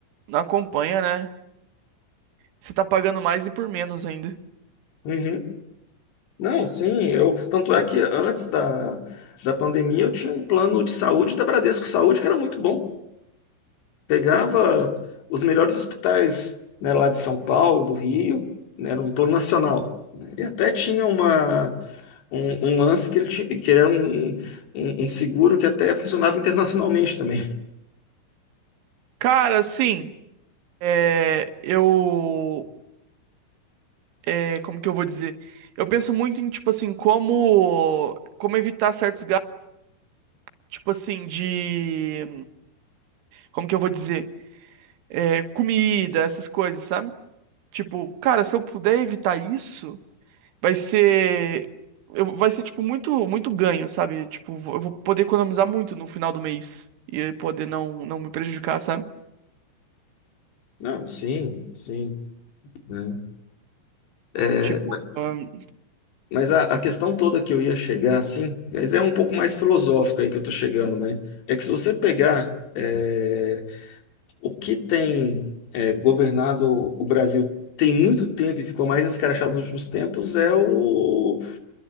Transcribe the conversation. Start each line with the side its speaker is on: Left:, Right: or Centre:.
Right: não acompanha, né? Você tá pagando mais e por menos ainda.
Left: Uhum. Não, sim, eu. Tanto é que antes da, da pandemia eu tinha um plano de saúde da Bradesco Saúde que era muito bom. Pegava os melhores hospitais, né, lá de São Paulo, do Rio, né, era um plano nacional. né? E até tinha uma. um, um lance que ele tinha, que era um, um, um um seguro que até funcionava internacionalmente também.
Right: Cara, assim, é, eu, é, como que eu vou dizer? Eu penso muito em, tipo assim, como, como evitar certos gastos, tipo assim, de, como que eu vou dizer? É, comida, essas coisas, sabe? Tipo, cara, se eu puder evitar isso vai ser eu, vai ser tipo muito muito ganho, sabe? Tipo, vou- eu vou poder economizar muito no final do mês e poder não não me prejudicar, sabe?
Left: Não, sim, sim, né? É,
Right: Tipo,
Left: ma-
Right: ahn,
Left: mas a, a questão toda que eu ia chegar, assim, mas é um pouco mais filosófica aí que eu tô chegando, né? É que se você pegar é, o que tem é, governado o Brasil tem muito tempo e ficou mais escrachado nos últimos tempos é o,